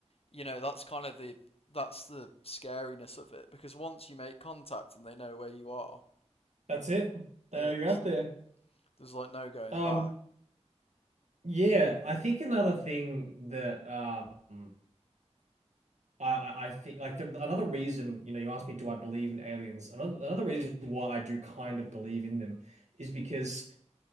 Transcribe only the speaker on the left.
you know that's kind of the that's the scariness of it because once you make contact and they know where you are,
yeah,
there's
there's like no going
back.